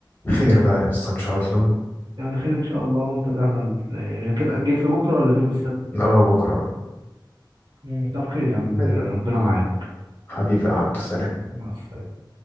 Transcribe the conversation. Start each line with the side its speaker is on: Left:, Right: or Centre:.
Left: خير بقى يا اسطى إن شاء الله
Right: يعني خير ان شاء الله وانت تحضر ال- كده جيت لبكره ولا اليوم السبت
Left: اه بكرة
Right: مم. طب خير يا عم
Left: عادي بقى
Right: ربنا معاك
Left: حبيبي عبد السلام
Right: مع السلامه